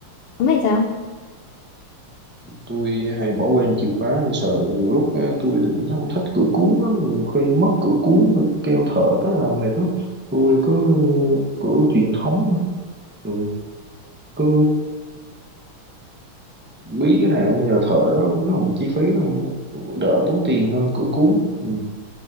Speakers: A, on the left; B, on the right.
A: ông thấy sao?
B: tôi hay bỏ quên chìa khóa nên sợ nhiều lúc á, tôi thì cũng không thích cửa cuốn lắm nhiều khi mất cửa cuốn phải kêu thợ tới làm mệt lắm tôi cứ cửa truyền thống thôi. ừ. cứ bí cái nào nhờ thợ đó nó không chi phí nó cũng đỡ tốn tiền hơn cửa cuốn ừ.